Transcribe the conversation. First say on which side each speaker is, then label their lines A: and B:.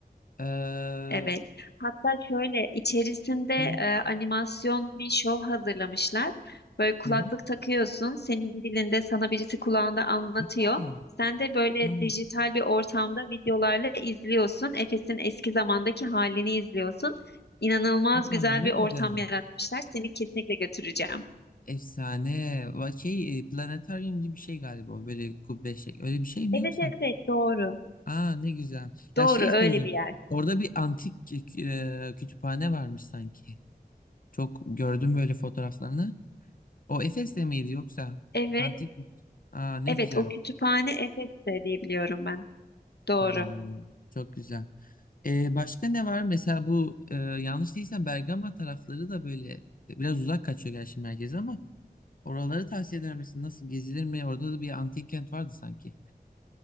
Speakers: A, on the left (about 60°); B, on the left (about 85°).
A: eee,
B: Evet. Hatta şöyle içerisinde
A: hı,
B: e, animasyon bir şov hazırlamışlar. Böyle kulaklık
A: hı, hı.
B: takıyorsun, senin dilinde sana birisi kulağında anlatıyor.
A: Aa,
B: Sen de böyle
A: aa,
B: dijital bir ortamda videolarla izliyorsun. Efes'in eski zamandaki halini izliyorsun. İnanılmaz güzel
A: aa, ne
B: bir ortam
A: güzel.
B: yaratmışlar. Seni kesinlikle götüreceğim.
A: Efsane. Va- Şey e, planetaryum gibi bir şey galiba o, böyle kubbe şey. Öyle bir şey mi
B: Evet
A: yoksa?
B: evet doğru.
A: Aa ne güzel. Ya
B: Doğru
A: şey
B: öyle
A: söyleyeceğim.
B: bir yer.
A: Orada bir antik e, kütüphane varmış sanki. Çok gördüm böyle fotoğraflarını. O Efes'te miydi yoksa?
B: Evet.
A: Antik. Aa ne
B: Evet
A: güzel.
B: o kütüphane Efes'te diye biliyorum ben. Doğru.
A: Ha, çok güzel. Ee, başka ne var? Mesela bu e, yanlış değilsem Bergama tarafları da böyle e, biraz uzak kaçıyor gerçi merkeze ama oraları tavsiye eder misin? Nasıl gezilir mi? Orada da bir antik kent vardı sanki.